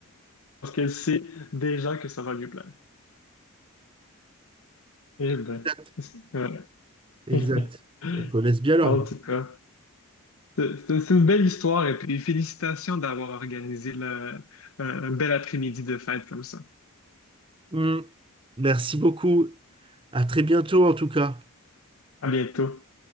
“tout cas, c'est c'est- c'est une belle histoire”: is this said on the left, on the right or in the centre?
Left